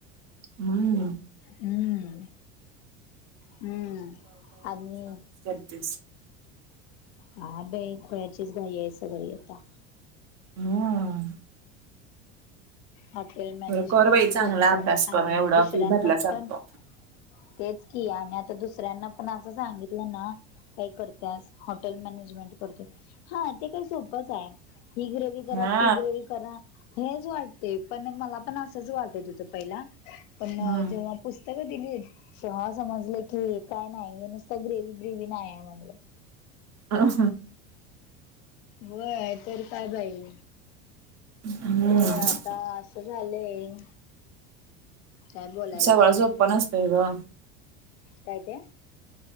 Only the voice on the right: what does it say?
हम्म
तेच.
हम्म
खरं कर बाई
चांगला अभ्यास कर
एवढा
फी भरल्यासारखं
हा
हम्म
आहां
हम्म
सगळं
झोप्प नसतंय ग.